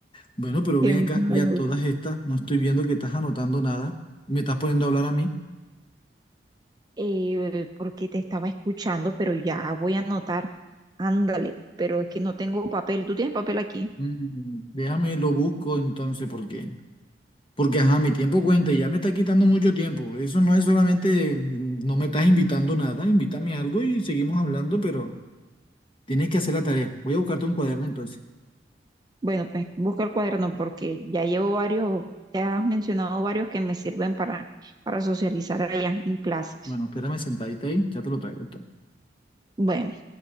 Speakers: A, on the left (about 30°); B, on the right (about 20°).
A: Bueno, pero
B: Qué
A: ven
B: malo.
A: acá, ya todas estas, no estoy viendo que estás anotando nada. Me estás poniendo a hablar a mí.
B: Eh, porque te estaba escuchando, pero ya voy a anotar. Ándale, pero es que no tengo papel. ¿Tú tienes papel aquí?
A: Mm, déjame, lo busco entonces, ¿por qué? Porque, ajá, mi tiempo cuenta y ya me está quitando mucho tiempo. Eso no es solamente, mm, no me estás invitando nada, invítame algo y seguimos hablando, pero tienes que hacer la tarea. Voy a buscarte un cuaderno entonces.
B: Bueno, pues busca el cuaderno porque ya llevo varios, ya has mencionado varios que me sirven para, para socializar allá en clases.
A: Bueno, espérame sentadita ahí, ya te lo traigo entonces.
B: Bueno.